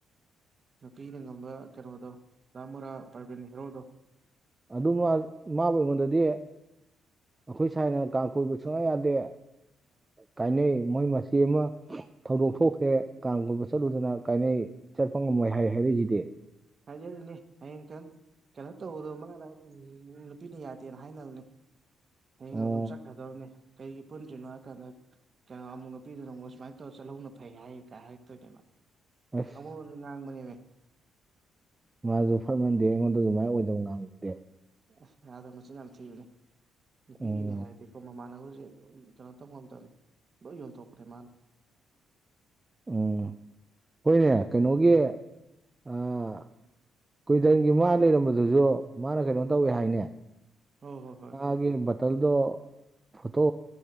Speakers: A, on the right (about 40°); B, on the right (about 20°).
A: ꯅꯨꯄꯤꯅ ꯉꯝꯕ ꯀꯩꯅꯣꯗꯣ ꯙꯥ ꯃꯣꯔꯥ ꯄꯔꯕꯤꯟ ꯍꯦꯔꯣꯗꯣ
B: ꯑꯗꯨꯃ ꯃꯥꯕꯨ ꯑꯩꯉꯣꯟꯗꯗꯤ ꯑꯈꯣꯏ ꯁꯥꯏꯅ ꯀꯥꯡ ꯀꯣꯏꯕ ꯁꯨꯛꯌꯥ ꯌꯥꯗꯦ ꯑ ꯀꯥꯏꯅꯩ ꯃꯣꯏ ꯃꯆꯦ ꯑꯃ ꯊꯧꯗꯣꯛ ꯊꯣꯛꯈ꯭ꯔꯦ ꯀꯥꯡ ꯀꯣꯏꯕ ꯆꯠꯂꯨꯗꯅ ꯀꯥꯏꯅꯩ ꯆꯠꯄ ꯉꯝꯃꯣꯏ ꯍꯥꯏ ꯍꯥꯏꯔꯛꯏꯖꯤꯗꯤ
A: ꯍꯥꯏꯖꯜꯂꯤꯅꯤ ꯍꯌꯦꯡ <unintelligible> ꯀꯩꯅꯣ ꯇꯧꯕꯗ ꯃꯥꯅ ꯎꯝ ꯅꯨꯄꯤꯅ ꯌꯥꯗꯦꯅ ꯍꯥꯏꯅꯕꯅꯤ ꯍꯌꯦꯡ
B: ꯑꯣ
A: ꯑꯗꯨꯝ ꯆꯠꯈ꯭ꯔꯗꯕꯅꯤ ꯀꯩꯒꯤ ꯄꯨꯟꯗ꯭ꯔꯤꯅꯣ ꯍꯥꯏ ꯀꯥꯟꯗ ꯀ꯭ꯌꯥ ꯑꯃꯨꯛ ꯅꯨꯄꯤꯗꯨꯅ ꯑꯃꯨꯛ ꯁꯨꯃꯥꯏꯅ ꯇꯧꯔ ꯆꯠꯂꯧꯕꯅ ꯐꯩ ꯍꯥꯏ ꯀꯥꯏ ꯍꯥꯏꯔꯛꯇꯣꯏꯅꯦꯕ
B: ꯑꯁ
A: ꯑꯑꯣꯟ ꯉꯥꯡꯕꯅꯦꯃꯤ
B: ꯃꯥꯖꯨ ꯐꯠꯃꯟꯗꯦꯍꯦ ꯑꯩꯉꯣꯟꯗ ꯑꯗꯨꯃꯥꯏ ꯑꯣꯏꯗꯕ ꯉꯥꯡꯕꯗꯨꯗꯤ
A: ꯑꯁ ꯌꯥꯗꯝ ꯃꯆꯤꯟ ꯌꯥꯝ ꯊꯤꯕꯅꯤ ꯅꯨꯄꯤꯒꯤꯅꯦ
B: ꯎꯝ
A: ꯍꯥꯏꯔꯗꯤ ꯃꯃꯥꯟꯅꯕꯖꯤꯡ ꯀꯩꯅꯣ ꯇꯧꯉꯝꯗꯝꯅꯤ ꯂꯣꯏ ꯌꯣꯟꯊꯣꯛꯄꯅꯦ ꯃꯥꯅ
B: ꯎꯝ ꯍꯣꯏꯅꯦ ꯀꯩꯅꯣꯒꯤ ꯑꯥ ꯀꯨꯏꯗꯪꯒꯤ ꯃꯥ ꯂꯩꯔꯝꯕꯗꯨꯖꯨ ꯃꯥꯅ ꯀꯩꯅꯣ ꯇꯧꯋꯦ ꯍꯥꯏꯅꯦ
A: ꯍꯣ ꯍꯣ ꯍꯣꯏ
B: ꯃꯥꯒꯤ ꯕꯇꯜꯗꯣ ꯐꯣꯇꯣ